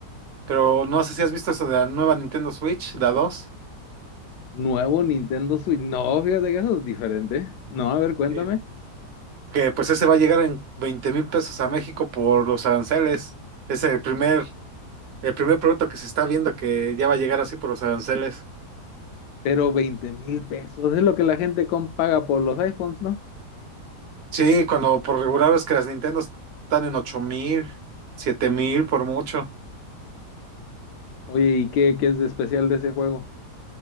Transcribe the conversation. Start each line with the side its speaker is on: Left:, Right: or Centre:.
Right: pero no sé si has visto eso de la nueva Nintendo Switch, la dos,
Left: Nuevo Nintendo Switch. No, fíjate que eso es diferente. No, a ver, cuéntame.
Right: Sí. Que pues ese va a llegar en veinte mil pesos a México por los aranceles. Es el primer, el primer producto que se está viendo que ya va a llegar así por los aranceles.
Left: Pero veinte mil pesos es lo que la gente com- paga por los iPhones, ¿no?
Right: Sí, cuando por regular ves que las Nintendo están en ocho mil, siete mil por mucho.
Left: Oye, ¿y qué, qué es de especial de ese juego?